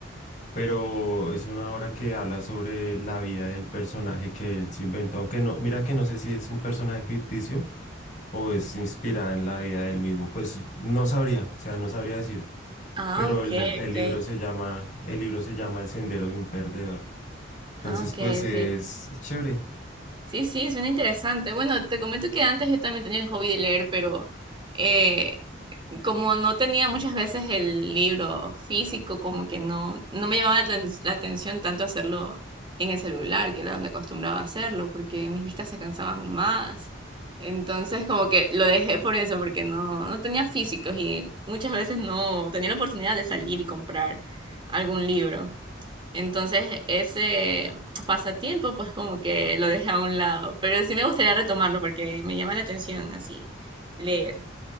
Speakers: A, on the left; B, on the right.
A: pero es una obra que habla sobre la vida del personaje que él se inventó, aunque no, mira que no sé si es un personaje ficticio o es inspirada en la vida del mismo, pues no sabría, o sea, no sabría decirte,
B: Ah,
A: pero
B: ok,
A: el, el
B: ok.
A: libro se llama, el libro se llama El sendero de un perdedor, entonces
B: Ah, ok,
A: pues es
B: ok.
A: chévere,
B: Sí, sí, suena interesante. Bueno, te comento que antes yo también tenía el hobby de leer, pero eh, como no tenía muchas veces el libro físico, como que no, no me llamaba la, aten- la atención tanto hacerlo en el celular, que era donde acostumbraba a hacerlo, porque mis vistas se cansaban más. Entonces, como que lo dejé por eso, porque no, no tenía físicos y muchas veces no tenía la oportunidad de salir y comprar algún libro. Entonces, ese pasatiempo, pues como que lo dejé a un lado, pero sí me gustaría retomarlo porque me llama la atención así, leer.